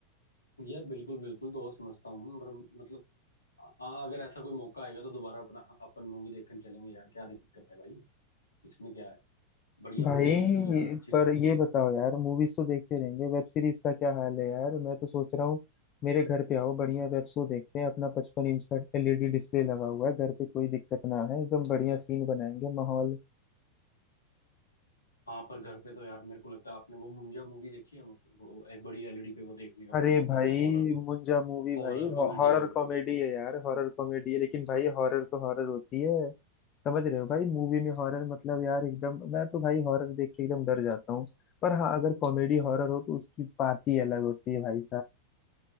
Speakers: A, on the left (about 80°); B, on the left (about 35°).
A: यार बिल्कुल बिल्कुल दोस्त समझता हूँ पर मतलब हाँ अगर ऐसा कोई मौका आएगा तो दोबारा अपना अपन मूवी देखने चलेंगे यार क्या दिक्कत है भाई इसमें क्या है बढ़िया
B: भाई
A: मूवी देखेंगे यार अच्छी
B: पर
A: सी
B: ये बताओ यार मूवीज तो देखते रहेंगे वेब सीरीज का क्या हाल है यार मैं तो सोच रहा हूँ मेरे घर पे आओ बढ़िया वेब शो देखते हैं अपना पचपन इंच का एलईडी डिस्प्ले लगा हुआ है घर पे कोई दिक्कत ना है एकदम बढ़िया सीन बनाएंगे माहौल
A: हाँ पर घर पे तो यार मेरे को लगता है आपने वो मुंजा मूवी देखी है वो वो एक बड़ी एलईडी पे वो देखने का बड़ा
B: अरे
A: मजा
B: भाई
A: आएगा हॉरर
B: मुंजा मूवी
A: हॉरर
B: भाई
A: कॉमेडी
B: हॉरर
A: है मतलब
B: कॉमेडी है यार हॉरर कॉमेडी है लेकिन भाई हॉरर तो हॉरर होती है समझ रहे हो भाई मूवी में हॉरर मतलब यार एकदम मैं तो भाई हॉरर देख के एकदम डर जाता हूँ पर हाँ अगर कॉमेडी हॉरर हो तो उसकी बात ही अलग होती है भाई